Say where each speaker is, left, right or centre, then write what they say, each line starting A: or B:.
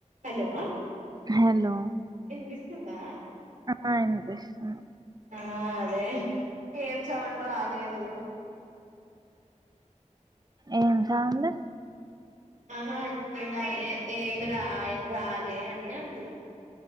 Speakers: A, on the right; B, on the right.
A: హలో
B: హలో
A: వినిపిస్తుందా
B: ఆ వినిపిస్తుంది
A: ఆ అదే ఏం సౌండ్ రాలేదు
B: ఏం సౌండ్డు
A: ఆహా అర్థం కాలే ఏమి రా రాలే అని అంటున్నాం